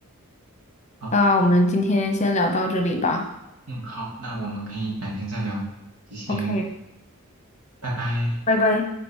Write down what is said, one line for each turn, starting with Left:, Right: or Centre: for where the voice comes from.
Right: 啊。
Left: 那我们今天先聊到这里吧。
Right: 嗯，好，那我们可以改天再聊，谢谢，
Left: OK，
Right: 拜拜。
Left: 拜拜。